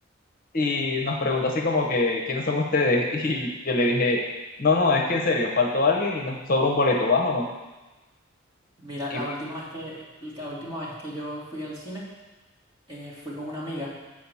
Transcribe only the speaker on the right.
Mira,
la
última vez que, la última vez que yo fui al cine, eh, fui con una amiga.